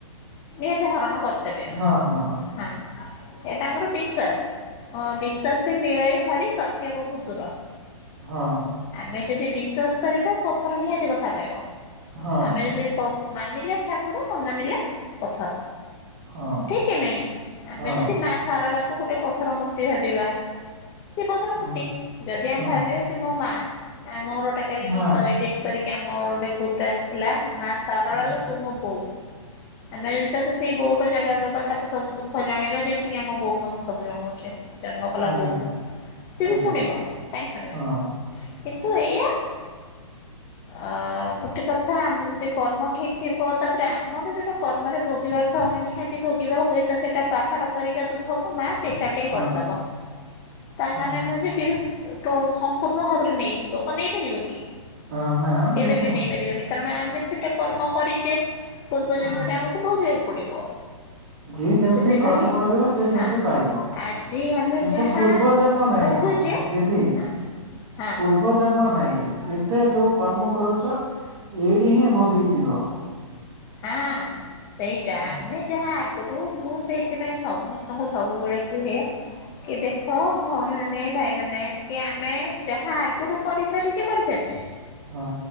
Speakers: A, on the left (about 20°); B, on the right (about 45°).
A: ନିହାତି ହରଣ କରିଦେବେ।
B: ହଁ ହଁ
A: ହଁ, ଏଟା ଆମର ବିଶ୍ଵାସ। ହଁ, ବିଶ୍ୱାସ ମିଳଇ ହରି ତର୍କେ ବହୁତ ଦୂର।
B: ହଁ।
A: ଆମେ ଯଦି ବିଶ୍ୱାସ କରିବା ପଥର ନିହାତି କଥା କହିବ।
B: ହଁ
A: ଆମେ ଯଦି କ ମାନିଲେ ଠାକୁର ନ ମାନିଲେ ପଥର।
B: ହଁ
A: ଠିକ୍ କି ନାଇଁ? ଆମେ
B: ହଁ।
A: ଯଦି ମା ଶାରଳା କୁ ଗୋଟେ ପଥର ମୂର୍ତ୍ତି ଭାବିବା, ସେ ପଥର ମୂର୍ତ୍ତି।
B: ହଁ ହଁ
A: ଯଦି ଆମେ
B: ମା ହଁ
A: ଭାବିବା ସେ ସେ ମୋ ମା। ମୋର ଗୋଟେ କାଲି
B: ମା
A: ଗୀତ ଏଡିଟ କରିକି ଆମର ଗୋଟେ ଗ୍ରୁପ ରେ ଆସିଥିଲା। ମା ସା ଶାରଳା
B: ଆଜ୍ଞା
A: ଲୋ ତୁ ମୋ ବୋଉ। ଆମେ ଯଦି ତାକୁ ସେଇ ବୋଉ ଛୋଟ ଜାଗା ଦବା ତାକୁ ସବୁ ଦୁଃଖ ଜଣେଇବା, ଯେମିତିକି ଆମ ବୋଉକୁ ଆମେ ସବୁ ଜଣଉଚେ ଜନ୍ମ କଲା
B: ଆଜ୍ଞା
A: ବୋଉକୁ। ସିଏ
B: ଆଜ୍ଞା,
A: ବି ଶୁଣିବ, କାହିଁକି ଶୁଣିବନି।
B: ହଁ
A: କିନ୍ତୁ ଏଇଆ ଅ ଗୋଟେ କଥା ଆମର ଯଦି କର୍ମ ଠିକ୍ ଥିବ, ତାପରେ ଆମର ଯୋଉଟା କର୍ମରେ ଭୋଗିବାର ଥିବ ଆମେ ନିହାତି ତି ଭୋଗିବ। ହୁଏ ତ ସେଇଟା ପାହାଡ଼ ପରିକା ଦୁଃଖକୁ ମା ଟେକା ଟିଏ
B: ହଁ
A: କରିଦବ। ତା
B: ହଁ।
A: ମାନେ ନୁହେଁ ଯେ ବିଲୁ କୁ ସଂମ୍ପୁ ପୂର୍ଣ୍ଣ ଭାବରେ ନେଇଯିବ, କଣ ନେଇପାରିବ କି?
B: ହଁ ନା ନା
A: କେବେ
B: ଏଠି
A: ବି
B: ନା।
A: ନେଇପାରିବନି। କାରଣ ଆମେ ସେଇଟା କର୍ମ କରିଚେ ପୂର୍ବ
B: ହୁଁ।
A: ଜନ୍ମରେ ଆମକୁ ଭୋଗିବାକୁ ପଡିବ।
B: ଯିଏ ଯେମିତି
A: ସେଥିପାଇଁ
B: କର୍ମ କରିବ ସିଏ ସେମିତି
A: ହଁ
B: ପାଇବ।
A: ଆଜି ଆମେ
B: କିନ୍ତୁ
A: ଯାହା
B: ପୂର୍ବ ଜନ୍ମ ନାଇଁ।
A: ଭୋଗୁଛେ
B: ଦିଦି
A: ହଁ ହଁ
B: ପୂର୍ବ ଜନ୍ମ ନାଇଁ ଏବେ ଯୋଉ କର୍ମ କରୁଚ, ଏଇଠି ହିଁ ଭୋଗିକି ଯିବ।
A: ହଁ, ସେଇଟା।
B: ହଁ
A: ଆମେ ଯାହା ଆଗେ ମୁଁ ସେଇଥିପାଇଁ ସମସ୍ତଙ୍କୁ ସବୁବେଳେ କୁହେ କି ଦେଖ ଭଉଣୀ ମାନେ ଭାଇ ମାନେ କି ଆମେ ଯାହା ଆଗରୁ କରିସାରିଚେ କରିସାରିଚେ
B: ହଁ